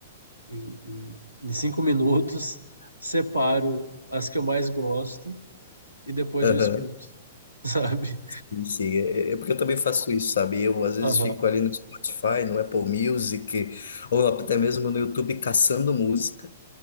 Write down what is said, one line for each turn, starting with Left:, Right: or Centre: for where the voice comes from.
Right: em, em em cinco minutos, <laughs> separo as que eu mais gosto e depois
Left: Aham.
Right: eu escuto, <laughs> sabe?
Left: Sim, sim. É, é é porque eu também faço isso, sabe? Eu às vezes
Right: Aham.
Left: fico ali no Spotify, no Apple Music, ou até mesmo no YouTube caçando música.